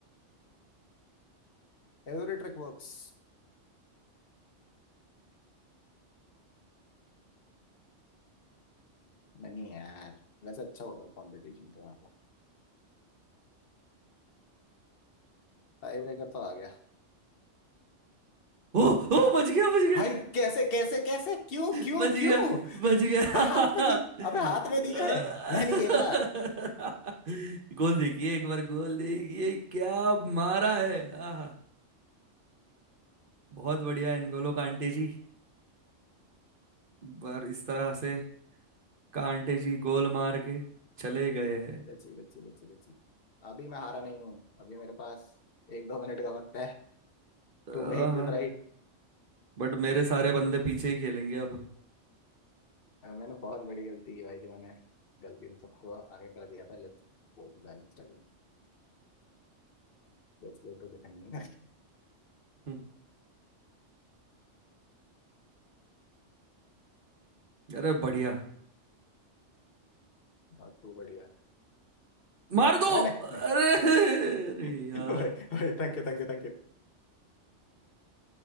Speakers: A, on the left (about 55°); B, on the right (about 50°).
A: Every trick works नहीं यार वैसे अच्छा होता है कंपटीशन तो यहाँ पर टाई ब्रेकर तो आ गया
B: ओ ओ बच गया बच गया
A: भाई कैसे कैसे कैसे क्यों क्यों
B: <laughs> बच गया
A: क्यों
B: बच गया <laughs>
A: भाई हाथ में थी अबे हाथ में दी है मैं नहीं खेलना
B: गोल देखिए एक बार गोल देखिए क्या मारा है आहा बहुत बढ़िया इनगोलो कांटे जी बार इस तरह से कांटे जी गोल मार के चले गए हैं
A: Let's see let's see let's see let's see अभी मैं हारा नहीं हूँ अभी मेरे पास एक दो मिनट का वक्त है
B: हाँ
A: टू मेक दिस राइट
B: बट मेरे सारे बंदे पीछे ही खेलेंगे अब
A: मैंने बहुत बड़ी गलती की भाई जो मैंने गलती से सबको आगे कर दिया था let's go to balanced again let's go to defending
B: हम्म, अरे बढ़िया
A: और टू बढ़िया
B: मार दो
A: अरे नहीं
B: अरे
A: नहीं
B: <laughs> अरे
A: भाई
B: यार
A: भाई thank you thank you thank you